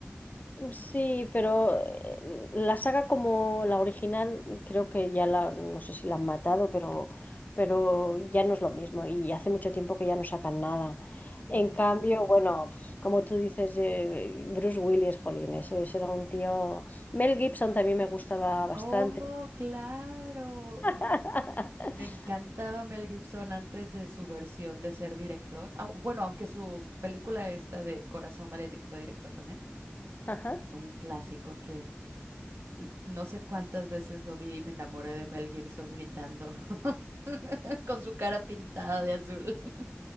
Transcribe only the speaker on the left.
Sí, pero eh, la saga como la original, creo que ya la, no sé si la han matado, pero, pero ya no es lo mismo y hace mucho tiempo que ya no sacan nada. En
cambio, bueno, como tú dices, eh, Bruce Willis, jolín, eso, ese era un tío. Mel Gibson también me gustaba bastante.
<laughs>
Ajá.